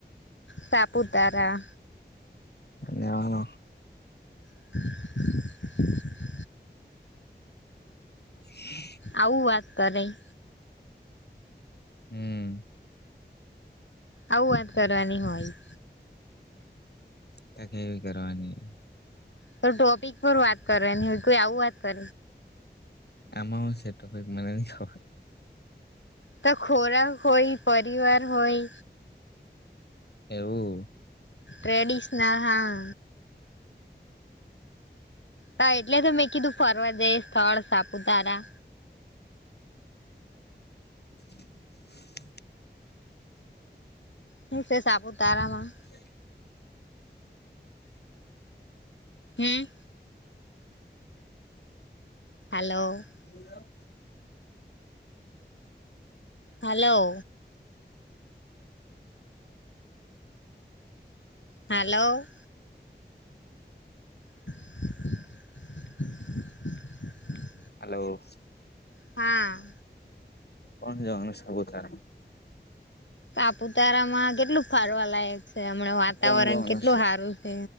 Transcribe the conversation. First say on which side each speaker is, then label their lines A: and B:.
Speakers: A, on the left; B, on the left.
A: સાપુતારા
B: ની આવાનો
A: <inaudible> <inaudible>
B: <unintelligible>
A: આવું વાત કરાય
B: હમ
A: આવું વાત કરવાની હોય
B: ત કેવી કરવાની
A: તો ટોપિક પર વાત કરવાની હોય કોઈ આવું વાત કરે
B: આમા હું છે ટપિક મને ની ખબર
A: તો ખોરાક હોય પરી વાર હોય
B: એવું
A: ટ્રેડિશનલ હા હા એટલે તો મેં કીધું ફરવા જઈએ સ્થળ સાપુતારા
B: <inaudible>
A: હું શે સાપુતારામાં
B: <inaudible>
A: હમ હાલો
B: કું લા
A: હાલો હાલો <unintelligible>
B: હાલો
A: હા
B: કોણ જવાનું સાપુતારા
A: સાપુતારામાં કેટલું ફારવા લાયક છે હમણાં વાતાવરણ
B: કોણ જવાનું
A: કેટલું
B: છે
A: હારું છે